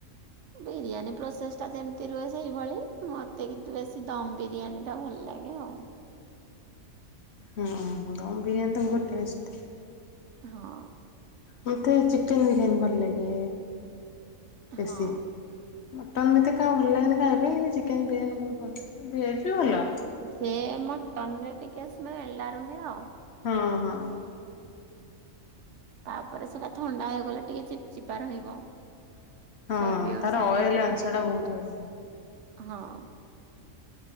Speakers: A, on the right; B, on the left.
A: ବିରିୟାନୀ ପ୍ରୋସେସ ଟା ଯେମିତି ରୁହେ ସେଇଭଳି ମତେ କିନ୍ତୁ ବେଶୀ ଦମ ବିରିୟାନୀ ଟା ଭଲ ଲାଗେ ଆଉ।
B: ହଁ ଦମ ବିରିୟାନୀ ତ ବହୁତ ଟେଷ୍ଟ
A: ହଁ।
B: ମତେ ଚିକେନ ବିରିୟାନୀ ଭଲ ଲାଗେ। ବେଶି।
A: ହଁ।
B: ମଟନ୍ ଏତେ କା ଭଲ ଲାଗେନି ଖାଇବା ପାଇଁ କିନ୍ତୁ ଚିକେନ୍ ବିରିୟାନୀ ବହୁତ ଭଲ, ଭେଜ୍ ବି ଭଲ।
A: ସେ ମଟନ୍ ରେ ଟିକେ ସ୍ମେଲଟା ରହେ ଆଉ।
B: ହଁ ହଁ।
A: ତାପରେ ସେଟା ଥଣ୍ଡା ହେଇଗଲେ ଟିକେ ଚିପ ଚିପା ରହିବ।
B: ହଁ
A: ଚର୍ବି ଅଂଶ
B: ତାର
A: ଯେହେତୁ
B: ଅଏଲ ଅଂଶ
A: ଥାଏ
B: ଟା ବହୁତ ବେଶି।
A: ହଁ।